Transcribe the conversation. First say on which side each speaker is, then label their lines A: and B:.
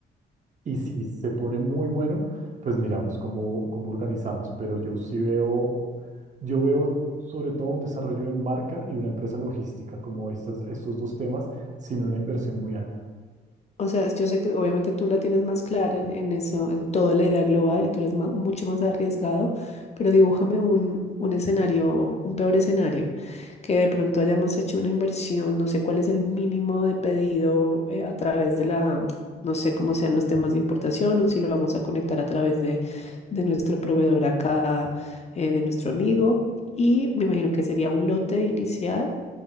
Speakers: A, on the right (about 40°); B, on the left (about 35°).
A: Y si se pone muy bueno, pues miramos cómo, cómo organizamos. Pero yo sí veo, yo veo sobre todo un desarrollo de marca y una empresa logística como estas, estos dos temas, sin una inversión muy alta.
B: O sea, yo sé que obviamente tú la tienes más clara en, en eso, en toda la idea global y tú eres ma- mucho más arriesgado, pero dibújame un, un escenario, un peor escenario, que de pronto hayamos hecho una inversión, no sé cuál es el mínimo de pedido eh, a través de la, no sé cómo sean los temas de importación o si lo vamos a conectar a través de, de nuestro proveedor acá, eh, de nuestro amigo, y me imagino que sería un lote inicial